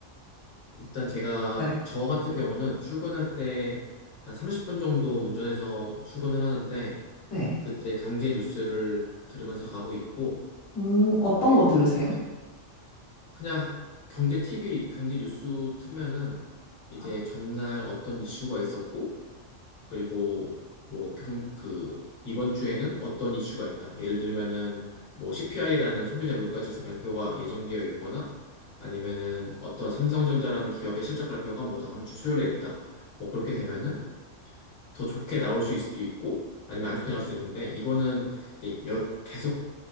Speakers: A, on the left; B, on the left.
A: 일단 제가
B: 네.
A: 저 같은 경우는 출근할 때 한 30분 정도 운전해서 출근을 하는데
B: 네.
A: 그때 경제 뉴스를 들으면서 가고 있고
B: 오, 어떤
A: 그리고
B: 거 들으세요?
A: 그, 그냥 경제 TV, 경제 뉴스 틀면은 이제
B: 아,
A: 전날 어떤 이슈가 있었고 그리고 뭐 경, 그 이번 주에는 어떤 이슈가 있다. 예를 들면은 뭐 CPI라는 소비자 물가지수 발표가 예정되어 있거나 아니면은 어떤 삼성전자라는 기업의 실적 발표가 뭐 다음 주 수요일에 있다. 뭐 그렇게 되면은 더 좋게 나올 수 있을 수도 있고 아니면 안 좋게 나올 수 있는데 이거는 이제 여러- 계속